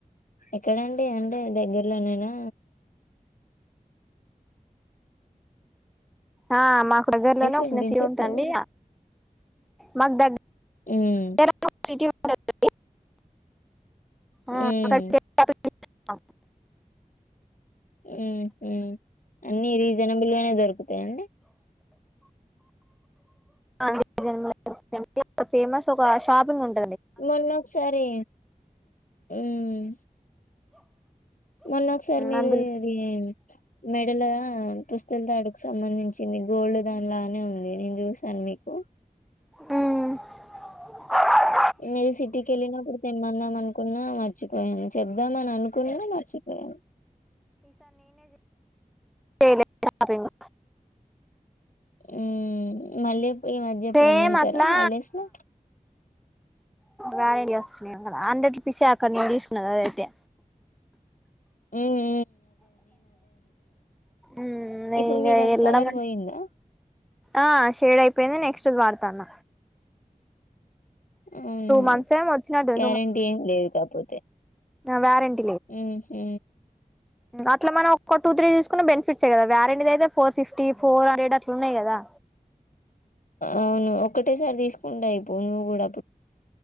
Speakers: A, on the left (about 65°); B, in the centre.
A: ఎక్కడండి అంటే దగ్గర్లో నేనా
B: ఆ మాకు దగ్గరలోనే ఒక
A: వినిపించట్లేదు
B: చిన్న సి ఉంటండి మక్ దగ్గ
A: మ్మ్
B: ఎ ల సిటీ ఉంటదండి అఅక్కడి
A: మ్మ్
B: ఎ ల ఇచ్
A: మ్ మ్అన్నిరీజనబుల్ గానే దొరుకుంది తండి
B: అన్నిజన్మ ఫేమస్ ఒక షాపింగ్ ఉంటంది
A: మొన్న ఒక ఒకసారి ఉమ్ మొన్న ఒకసారి మీరు
B: అందులో
A: ఇది మెడలపుస్తల తాడుకు సంబంధించింది గోల్డ్ దాని లానే ఉంది నేను చూసాను మీకు
B: మ్
A: మీరు సిటీకి వెళ్ళినప్పుడు తెమ్మందాం అనుకున్న మర్చిపోయాను చెబ్దాం అని అనుకు ఉదయా నెమర్చిపోయాను
B: చె యెలె షాపింగ్
A: ఉ మళ్ళీ ఈ మధ్య
B: సేమ్
A: ఎప్పుడన్నా ఎళ్తారా
B: అట్లా
A: హాలిడేస్‌లో?
B: వాయ కదా హండ్రెడ్ రూపీసె అక్క నేను తీసుకున్న అద అయితే
A: మ్
B: మ్
A: ఇప్పుడు మీది అది
B: ఎలడం
A: కలర్ పోయిందా?
B: ఆ షేడ్ అయిపోయింది నెక్స్ట్ వార్తాన్న
A: అవునా
B: మంత్స్ ఏమో వచ్చినట్టు
A: గ్యారెంటీ ఏం లేద్ కాపోతే
B: వారెంట్
A: మ్ హ్
B: అట్లా మనం ఒక టూ త్రీ తీసుకున్న బెనిఫిట్సె కదా వారంటిది అయితే ఫోర్ ఫిఫ్టీ ఫోర్ హండ్రెడ్ అట్ల ఉన్నాయి గదా
A: అవును ఒక్కటేసార్ తీసుకుంటే అయ్ పో నువ్వు గుడా